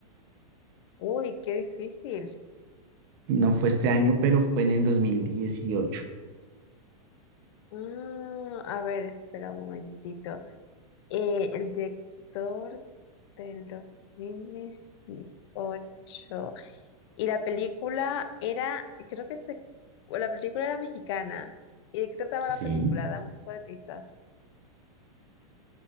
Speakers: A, on the left (about 45°); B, on the right (about 40°).
A: Uy, qué difícil.
B: no fue este año, pero fue en el dos mil dieciocho
A: Ah, a ver, espera un momentito. Eh, el director del dos mil dieciocho Y la película era, creo que se, o la película era mexicana. ¿Y de qué trataba
B: Sí.
A: la película? Dame un poco de pistas.